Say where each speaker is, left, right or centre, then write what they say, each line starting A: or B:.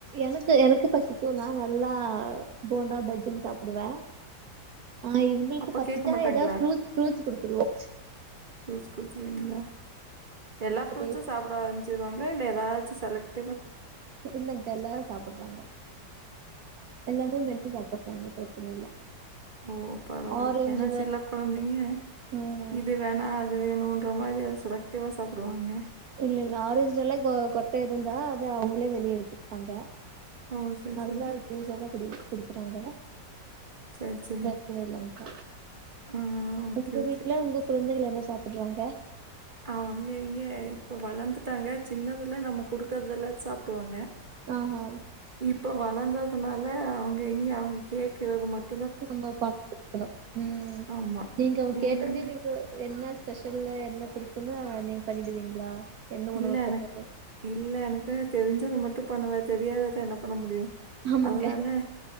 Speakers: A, on the right (about 65°); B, on the right (about 40°).
A: எனக்கு எனக்கு பசிக்கு நா நல்லா போண்டா பஜ்ஜின் சாப்புடுவே ஆ இவுங்களுக்கு
B: அப்ப
A: பசிச்சா
B: கேட்க மாட்டாங்களா?
A: எதாது ஃப்ரூட்ஸ் ஃப்ரூட்ஸ் குடுத்துருவே
B: ஃப்ரூட்ஸ் குடுத்துருவீங்ளா எல்லா ஃப்ரூட்ஸு
A: கிரேப்ஸ்
B: சாப்ட ஆரமிச்சுடுவாங்ளா இல்ல எதாச்சு செலக்ட்
A: இல்லங்க்கா எல்லாரு சாப்புட்றாங்க எல்லாமே மென்னு சாப்புட்றாங்க பிரச்சன இல்ல
B: ஓ பரவால்ல
A: ஆரஞ்சுல
B: ஏனா சில கொழந்தைங்க
A: ம்
B: இது வேணா அது வேணுன்ற மாதிரி அத செலக்டிவா சாப்டுவாங்க
A: இல்ல இல்ல ஆரஞ்சுல்லா க கொட்ட இருந்தா அது அவுங்களே வெளிய எடுத்துப்பாங்க
B: ஓ! சரி,
A: அதுக்கு
B: சரி.
A: தா ஜூஸ் எல்லா குடி குடிக்கிறாங்க
B: சரி, சரி.
A: பிரச்சன இல்லங்கா
B: ஆ ஓகே,
A: உங்க
B: ஓகே.
A: வீட்ல உங்க குழந்தைகள் என்ன சாப்பிட்றாங்க
B: அவங்க எங்க இப்ப வளந்துட்டாங்க சின்னதுல நம்ம குடுக்குறத எல்லா சாப்டுவாங்க
A: ஆஹா
B: இப்போ வளந்ததுனால அவுங்க எங்க அவுங்க கேக்கறது மட்
A: நம்ப பாத்து குடுக்கனு ம்
B: ஆமா.
A: நீங்க அவுங்
B: இல்ல,
A: கேட்டோன்னே
B: இல்ல.
A: நீங்க என்ன ஸ்பெஷல்லா என்ன பிடிக்குன்னு நீங்க பண்ணிடுவீங்களா என்ன
B: இல்ல
A: உணவு கேட்டாலு
B: எனக் இல்ல எனக்கு தெரிஞ்சத மட்டு பண்ணுவே தெரியாதத என்ன பண்ண முடியு
A: ஆமாங்க
B: அதனால